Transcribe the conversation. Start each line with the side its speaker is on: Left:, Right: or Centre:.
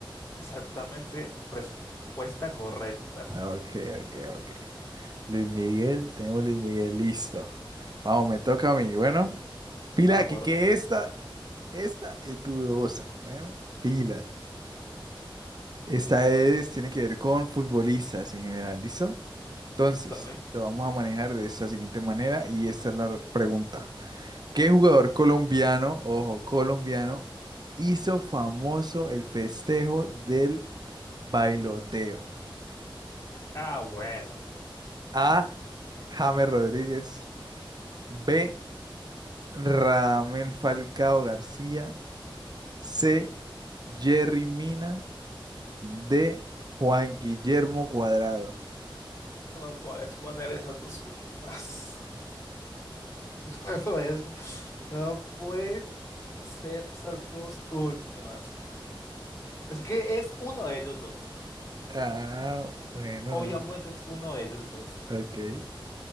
Left: Exactamente, respuesta correcta.
Right: Ah, Ok, ok, ok. Luis Miguel, tenemos Luis Miguel, listo. Vamos, me toca a mí, bueno. Pila
Left: ¿De acuerdo?
Right: aquí que esta, esta es dudosa. Bueno, pilas. Esta es, tiene que ver con futbolistas en general, ¿listo? Entonces,
Left: Dale.
Right: lo vamos a manejar de esta siguiente manera y esta es la r- pregunta. ¿Qué jugador colombiano, ojo, colombiano, hizo famoso el festejo del bailoteo?
Left: Ah, bueno.
Right: A. James Rodríguez. B. Radamel Falcao García. C. Jerry Mina. de Juan Guillermo Cuadrado.
Left: No me puedes poner esas dos últimas. <laughs> No me puedes. No puede ser esas dos últimas. Es que es uno de ellos dos.
Right: Ah, bueno,
Left: Obviamente
Right: no.
Left: es uno de ellos dos.
Right: Ok.